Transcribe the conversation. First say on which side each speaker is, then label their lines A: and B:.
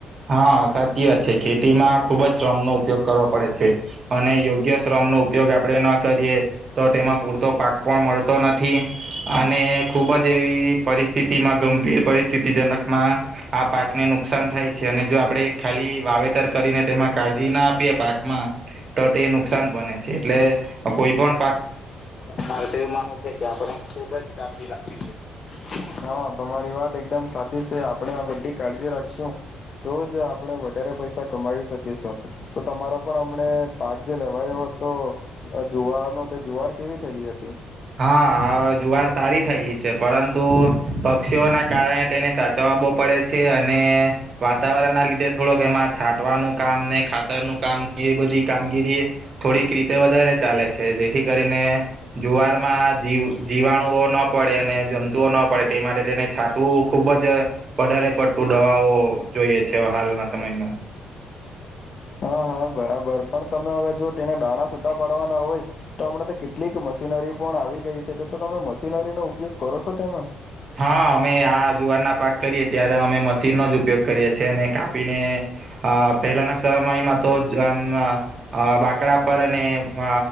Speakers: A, on the right; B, on the left.
A: હા સાચી વાત છે ખેતીમાં ખુબ જ શ્રમનો ઉપયોગ કરવો પડે છે અને યોગ્ય શ્રમ ઉપયોગ આપે ન કરીએ તો તેમાં પૂરતો પાક પણ મળતો નથી અને ખુબ જ એવી પરિસ્થિતિમાં ગંભીર પરિસ્થિતિજનકમાં આ પાકને નુકસાન થાય છે છે અને જો આપણે ખાલી વાવેતર કરીને તેમાં કાળજી ના આપીએ પાકમાં તો તે નુકસાન બને છે એટલે કોઈ પણ
B: મારે તો એવું માનુંવ છે કે આપણે ખુબ જ કાળજી રાખવી જોઈએ હા તમારી વાત એકદમ સાચી છે આપણે આ બધી કાળજી રાખી તો જ આપણે વધારે પૈસા કમાવી શકીશું તો તમારો પણ અમને પાક જે લેવાયોયો હતો જુવારનો જુવાર કેવી થયેલી હતી
A: હા જુવાર સારી થયેલી છે પરંતુ પક્ષીઓના કારણે તેને સાચવવા બહુ પડે છે અને વાતાવરણ ના લીધે થોડોક એમાં છાંટવાનું કામ ને ખાતરનું કામ એ બધી કામગીરી થોડીક રીતે વધારે ચાલે છે જે ને જુવાર જી જીવાણુઓ ના પડે અને જંતુઓ ના પડે તે માટે તેને છાટુંવુ ખુબ જ વધારે પડતું દવાઓ જોઈએ છે હાલના સમયમાં
B: હા હા બરાબર પણ તમે હવે જો તેના દાણા છૂટા પડવાના હોય તો હમણાં તો કેટલીક મશીનરી પણ આવી ગઈ છે તો તો તમે મશીનરીનો ઉપયોગ કરો છો તમે?
A: હા અમે આ જુવારના પાક કરીએ ત્યારે અમે મશીનનો જ ઉપયોગ કરીએ છે અને કાપીને અ પહેલાના સમયમાં તો જ મ બાકડા પર અને અ